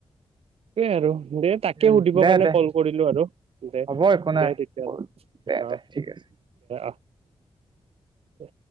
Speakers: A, on the right (about 70°); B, on the right (about 50°).
A: সেইটোৱে আৰু দে তাকে
B: উ
A: সুধিবৰ
B: দে
A: কাৰণে
B: দে
A: কল কৰিলো আৰু দে
B: হব একো নাই
A: দে তেতিয়াহ'লে
B: দে
A: অ
B: দে ঠিক আছে।
A: অ দে